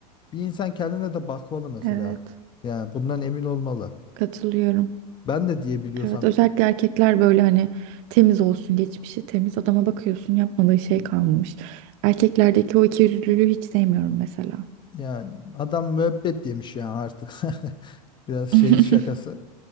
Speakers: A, on the left (about 25°); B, on the right (about 55°).
A: Bir insan kendine de bakmalı mesela.
B: Evet.
A: Yani bundan emin olmalı.
B: Katılıyorum.
A: Ben de diyebiliyorsam
B: Evet, özellikle erkekler böyle hani temiz olsun, geçmişi temiz adama bakıyorsun, yapmadığı şey kalmamış. Erkeklerdeki o ikiyüzlülüğü hiç sevmiyorum mesela.
A: yani adam müebbet yemiş yani artık. <laughs> Biraz şey
B: <laughs>
A: şakası.